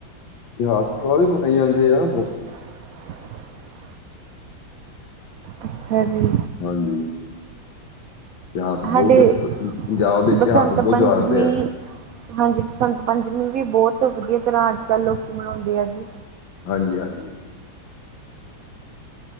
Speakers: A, on the left; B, on the right.
A: ਤਿਉਹਾਰ ਤੇ ਸਭ ਵੀ ਮਨਾਏ ਜਾਂਦੇ ਆ। ਹੋ। <inaudible>
B: <inaudible> ਅੱਛਾ ਜੀ।
A: ਹਾਂਜੀ। ਤਿਉਹਾਰ ਤਾਂ ਬਹੁਤ
B: ਸਾਡੇ
A: ਆ, ਪ- ਪੰ- ਪੰਜਾਬ ਦੇ
B: ਬਸੰਤ
A: ਤਿਉਹਾਰ ਤਾਂ ਬਹੁਤ
B: ਪੰਚਮੀਂ
A: ਜ਼ਿਆਦਾ ਆਉਂਦੇ ਆ
B: ਹਾਂਜੀ, ਬਸੰਤ ਪੰਚਮੀ ਵੀ ਬਹੁਤ ਵਧੀਆ ਤਰ੍ਹਾਂ ਅੱਜ-ਕੱਲ੍ਹ ਲੋਕੀ ਮਨਾਉਂਦੇ ਆ ਜੀ।
A: ਹਾਂਜੀ-ਹਾਂਜੀ।